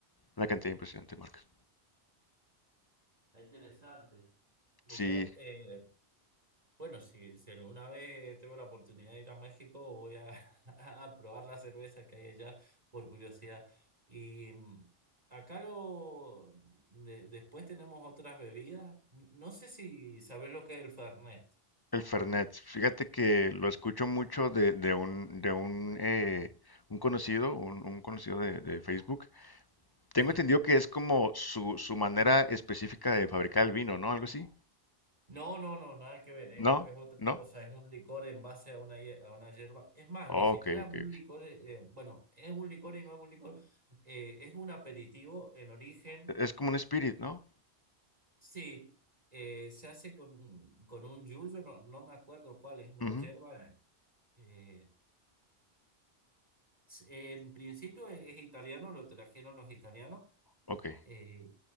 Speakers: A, on the left; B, on the right.
A: una cantidad impresionante de marcas.
B: está interesante. Y
A: Sí,
B: yo, eh, bueno, si, si alguna vez tengo la oportunidad de ir a México, voy a, <laughs> a probar la cerveza que hay allá por curiosidad. Y mm, acá lo, de- después tenemos otras bebidas. No sé si sabes lo que es el Fernet.
A: El Fernet, fíjate que lo escucho mucho de, de un, de un, eh, un conocido, un, un conocido de, de Facebook. Tengo
B: Sí.
A: entendido que es como su, su manera específica de fabricar el vino, ¿no? Algo así.
B: No, no, no, nada que ver, es,
A: ¿No?
B: es otra
A: ¿No?
B: cosa, es un licor en base a una, hier- a una hierba. Es más,
A: Oh,
B: ni siquiera
A: ok, ok,
B: es un
A: ok.
B: licor, eh, eh, bueno, es un licor y no es un licor, eh, es un aperitivo en origen,
A: E-, Es como un spirit, ¿no?
B: sí, eh, se hace con, con un yuyo, no, no me acuerdo cuál, es una
A: Ujú,
B: hierba. eh, s- en principio es, es italiano, lo trajeron los italianos,
A: Ok.
B: eh,